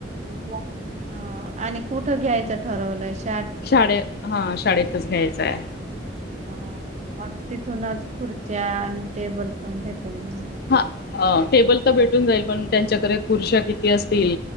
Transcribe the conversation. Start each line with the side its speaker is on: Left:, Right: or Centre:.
Right: हं आणि कुठं घ्यायचं ठरवलाइस
Left: शाळेत हा शाळेतच घ्यायचा आहे.
Right: ह मग तिथूनच खुर्च्या आणि टेबल पण भेटून जाईन.
Left: हां टेबल तर भेटून जाईल पण त्यांच्याकडे खुर्च्या किती असतील